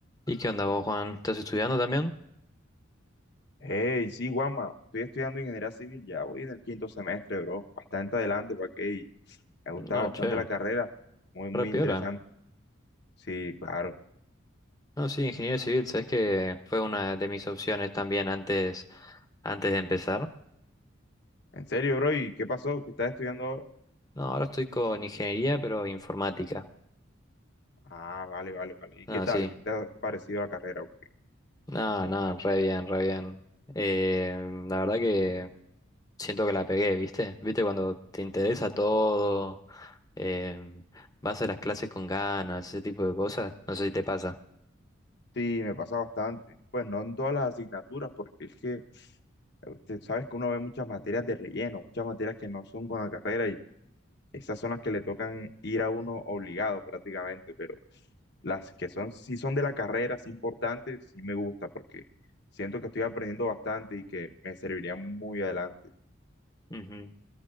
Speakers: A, on the left; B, on the left.
A: ¿Y qué onda vos, Juan? ¿Estás estudiando también?
B: Hey, sí, Guama, estoy estudiando ingeniería civil, ya voy en el quinto semestre, bro. Bastante adelante, para que y me ha gustado
A: No,
B: bastante
A: che,
B: la carrera, muy, muy
A: re piola.
B: interesante. Sí, claro.
A: No, sí, ingeniería civil, sabes que fue una de mis opciones también antes, antes de empezar.
B: En serio, bro, ¿y qué pasó? ¿Qué estás estudiando ahora?
A: No, ahora estoy con ingeniería, pero informática.
B: Ah, vale, vale, vale. ¿Y
A: No,
B: qué tal?
A: sí.
B: ¿Qué te ha parecido la carrera? o qué?
A: No, no, re bien, re bien. Eh, la verdad que siento que la pegué, ¿viste? ¿Viste cuando te interesa todo? em, vas a las clases con ganas, ese tipo de cosas. No sé si te pasa.
B: Sí, me pasa bastante. Pues no en todas las asignaturas, porque es que eh, usted sabes que uno ve muchas materias de relleno, muchas materias que no son con la carrera y Esas son las que le tocan ir a uno obligado prácticamente, pero las que son, si son de la carrera, sí importantes, sí me gusta porque siento que estoy aprendiendo bastante y que me serviría muy adelante.
A: Ujú.